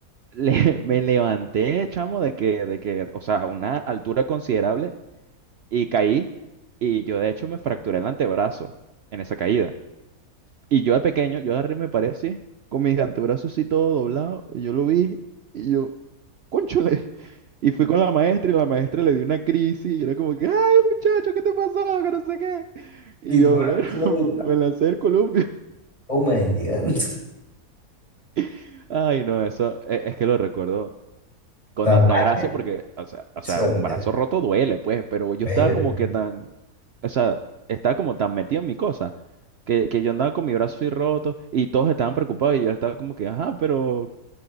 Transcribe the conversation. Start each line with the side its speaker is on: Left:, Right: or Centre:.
Right: Le- <laughs> me levanté, chamo, de que, de que, o sea, a una altura considerable y caí y yo de hecho me fracturé el antebrazo en esa caída. Y yo de pequeño, yo agarré y me paré así, con mis antebrazos así todo doblado, y yo lo vi y yo, cónchale. <laughs> Y fui con la maestra y la maestra le dio una crisis y era como que, ay muchacho, ¿qué te pasó? Que no sé qué. Y
Left: Y tu
Right: yo,
Left: corazón
Right: bueno, <laughs>
Left: de
Right: me lancé el columpio.
Left: Tacoma llegando. <laughs>
Right: <laughs> Ay, no, eso e- es, que lo recuerdo, con
Left: Tapachula
Right: tanta gracia porque, o sea, o
Left: y Sebastián.
Right: sea, un brazo roto duele, pues, pero yo
Left: Pero,
Right: estaba como que tan, o sea, estaba como tan metido en mi cosa, que, que yo andaba con mi brazo así roto y todos estaban preocupados y yo estaba como que, ajá, pero